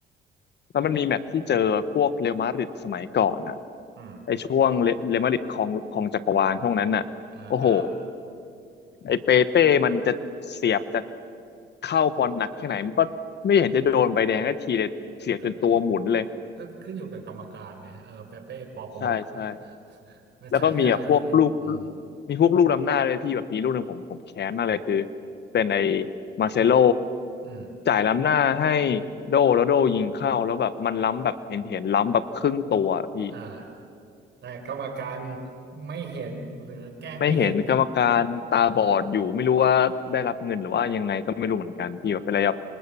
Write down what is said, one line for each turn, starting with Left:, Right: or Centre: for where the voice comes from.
Left: แล้วมันมีแมตช์ที่เจอพวกเรอัลมาดริดสมัยก่อนอ่ะ
Right: อืม
Left: ไอช่วงเรเรอัลมาดริดครองครองจักรวาลช่วงนั้นอ่ะโอ้โห
Right: อ่าอ่า
Left: ไอ้เปเป้มันจะเสียบจะเข้าบอลหนักแค่ไหนมันก็ไม่เห็นจะโดนใบแดงสักทีเลยเสียบจนตัวหมุนเลย
Right: ก็ก็ขึ้นอยู่กับกรรมการเนี่ยเออเปเป้ปอประมุกอะ
Left: ใช่ใช่
Right: มันฉายาอะไรเงี้ยอืม
Left: แล้วก็มีแบบพวกลูกมีพวกลูกล้ำหน้าเลยพี่แบบมีลูกหนึ่งผมผมแค้นมากเลยคือเป็นไอ้มาเซโล
Right: อืม
Left: จ่ายล้ำหน้าให้โดแล้วโดยิงเข้าแล้วแบบมันล้ำแบบเห็นเห็นล้ำแบบครึ่งตัวอะพี่
Right: อ่าแต่กรรมการไม่เห็นหรือแกล้งไม่เห็น
Left: ไม่เห็นกรรมการตาบอดอยู่ไม่รู้ว่าได้รับเงินหรือว่ายังไงก็ไม่รู้เหมือนกันพี่แบบเป็นอะไรแบบ